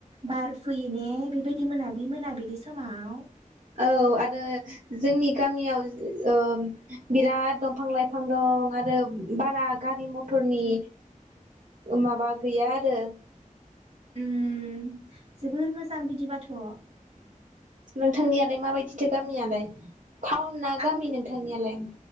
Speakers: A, on the right; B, on the right.
A: बार फैयो ने बेबायदि मोनाबिलि मोनाबिलि बि समाव।
B: औ आरो जोंनि गामियाव ओ बिराद दंफां लाइफां दं आरो बारा गारि मथरनि माबा गैया आरो
A: उम जोबोर मोजां बिदिबाथ'।
B: नोंथांनियालाय माबायदिथो गामियालाय? टाउन ना
A: आं
B: गामि नोंथांनियालाय